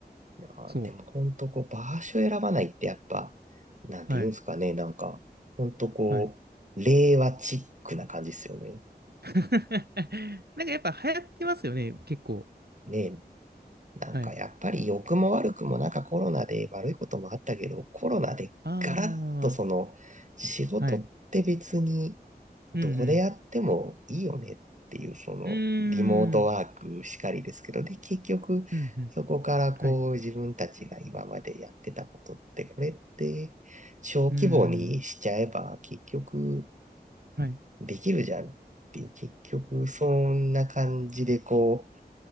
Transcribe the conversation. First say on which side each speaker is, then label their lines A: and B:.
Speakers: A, on the right (about 45°); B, on the right (about 70°).
A: いやー、
B: そ
A: でも本当こう場所選ばないってやっぱ、なんて言うんですかね、
B: う。はい。
A: なんか、本当こう、
B: はい。
A: 令和チックな感じですよね。
B: <laughs> なんかやっぱ流行ってますよね。結構。
A: ねえ、なんかやっぱり良くも悪くもなんかコロナで悪いこともあったけど、
B: はい。
A: コロナでガラッとその仕事って別に
B: ああ。はい。
A: どこでやってもいいよねっていうそのリモートワークしかりですけど、
B: うんうん。うーん。
A: で結局そこからこう自分たちが今までやってたことってこれって小規模にしちゃえば結局
B: うんうん。はい。うーん。はい。
A: できるじゃんっていう結局そんな感じでこう